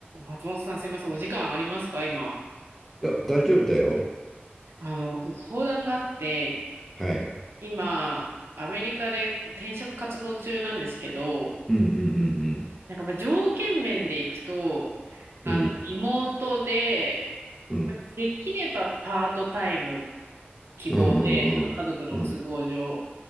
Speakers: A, on the right; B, in the centre.
A: 松本さん、すみません。お時間ありますか今。
B: いや、大丈夫だよ。
A: あの、相談があって、
B: はい。
A: 今、アメリカで転職活動中なんですけど、
B: うんうん
A: なんかまあ条件面でいくと、あの、
B: うんうん。
A: リモートで、
B: うんうん
A: まあできればパートタイム希望で、
B: うんうん。
A: ちょっと家族の都合上。
B: うん